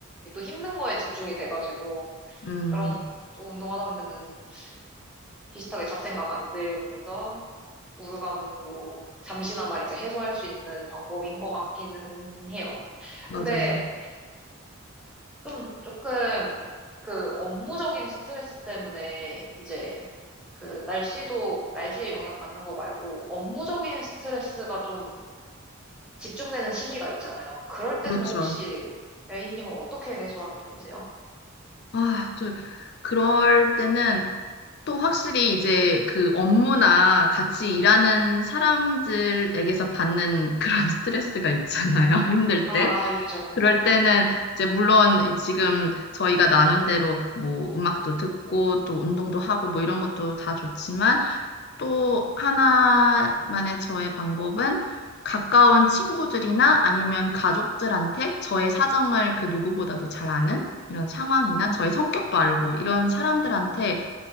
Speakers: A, in the centre; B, on the left (about 50°).
A: 또 힘든 거에 집중이 돼가지고
B: 음.
A: 그런 또 운동하다 보면은 비슷하게 잡생각 안 들면서 우울감도 잠시나마 이제 해소할 수 있는 방법인 것 같기는 해요.
B: 맞아요.
A: 근데 좀 조금 그 업무적인 스트레스 때문에 이제 그 날씨도 날씨에 영향 받는 거 말고 업무적인 스트레스가 좀 집중되는 시기가 있잖아요. 그럴 때는
B: 그렇죠.
A: 혹시 A님은 어떻게 해소하는 편이세요?
B: 아, 저, 그럴 때는 또 확실히 이제 그 업무나 같이 일하는 사람들에게서 받는 그런 <laughs> 스트레스가 있잖아요. <laughs> 힘들
A: 아,
B: 때.
A: 있죠,
B: 그럴
A: 있죠.
B: 때는 이제 물론 지금 저희가 나눈 대로 뭐 음악도 듣고 또 운동도 하고 뭐 이런 것도 다 좋지만 또 하나만의 저의 방법은 가까운 친구들이나 아니면 가족들한테 저의 사정을 그 누구보다도 잘 아는 이런 상황이나
A: 음,
B: 저의 성격도 알고 이런 사람들한테